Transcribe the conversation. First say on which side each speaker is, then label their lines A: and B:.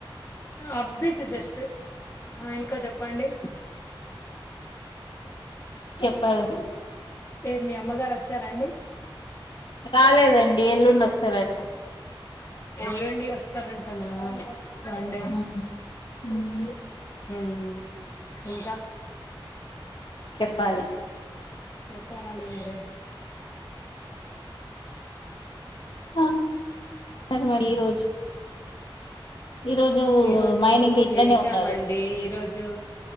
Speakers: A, on the left; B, on the left.
A: అబ్బీచ్ జస్ట్ ఇంకా చెప్పండి
B: చెప్పాలి
A: ఇ మీ అమ్మగారు వచ్చార అండి
B: రాలేదండి ఎల్లుండి వస్తారట
A: ఎల్లుండి వస్తారంటానా అండి
B: ఉమ్ ఉమ్
A: మ్మ్ ఇంకా
B: చెప్పాలి
A: చెప్పాలండి మీరే
B: ఆ సరే మరి ఈ రోజు ఈ రోజు
A: ఈరోజు
B: మా ఆయన ఇంకా ఇట్లనే
A: లేచామండి
B: ఉన్నారు
A: ఈరోజు